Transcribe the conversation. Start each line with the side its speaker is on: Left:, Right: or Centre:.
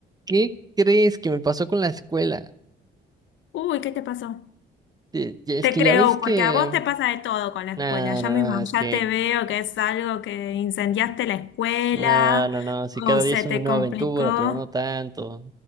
Right: ¿Qué crees que me pasó con la escuela?
Left: Uy, ¿qué te pasó?
Right: Eh, ya- Es
Left: Te
Right: que
Left: creo,
Right: ya ves que...
Left: porque a vos te pasa de todo con la escuela.
Right: No,
Left: Ya
Right: no,
Left: me,
Right: no,
Left: ima-
Right: es
Left: ya
Right: que...
Left: te veo que es algo que incendiaste la escuela
Right: No, no, no, si
Left: o
Right: cada
Left: se
Right: día es
Left: te
Right: una nueva
Left: complicó.
Right: aventura, pero no tanto.